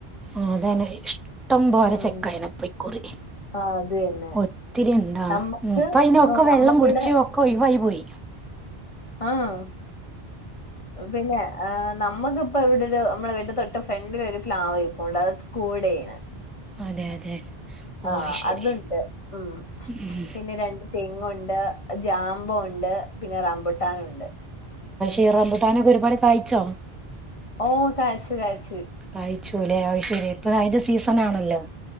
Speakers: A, in the centre; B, on the left.
A: അതന്നെ ഇഷ്ടം പോലെ
B: ഉം
A: ചക്കായീണ് പ്പൊ ഇക്കുറി
B: ആഹ് അത് തന്നെ
A: ഒത്തിരി ണ്ടാണും.
B: നമ്മക്ക്
A: ഇപ്പ അയ്നൊക്കെ
B: ആഹ്
A: വെള്ളം
B: നമ്മക്കിവിടെ
A: കുടിച്ച് ഒക്കെ ഒയ്യിവായി പോയി
B: ആഹ പിന്നെ ഏ നമ്മക്കിപ്പോ ഇവിടെരു നമ്മളെ വീട്ടിൻ്റെ തൊട്ട് ഫ്രണ്ടില് ഒരു പ്ലാവരിപ്പോണ്ട് അത് കൂടെയാണ്
A: അതെ അതെ ഓ
B: ആ
A: അത് ശരി
B: അത്ണ്ട് ഉം
A: ഉം
B: പിന്നെ രണ്ട് തെങ്ങുണ്ട് ജാമ്പോണ്ട് പിന്നെ റമ്പുട്ടാനുണ്ട്
A: ഈ റമ്പുട്ടാനൊക്കൊരുപാട് കായ്ച്ചോ
B: ഓ കാഴ്ച്ച് കാഴ്ച്ച്
A: കാഴ്ച്ചൂലെ അഅ്ശേരി ഇപ്പ അയ്ന്റെ സീസണാണല്ലോ
B: ഉം